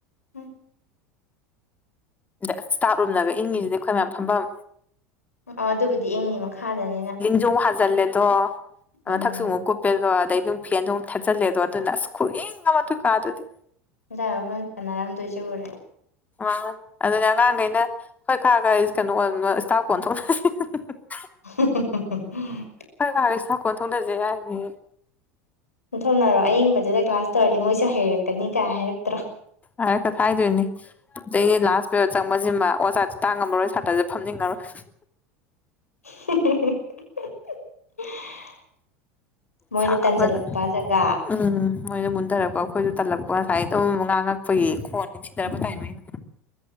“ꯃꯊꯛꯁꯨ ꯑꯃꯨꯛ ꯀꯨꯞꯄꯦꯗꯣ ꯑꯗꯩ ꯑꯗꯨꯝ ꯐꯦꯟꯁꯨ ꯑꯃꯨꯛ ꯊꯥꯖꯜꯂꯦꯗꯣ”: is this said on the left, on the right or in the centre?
Left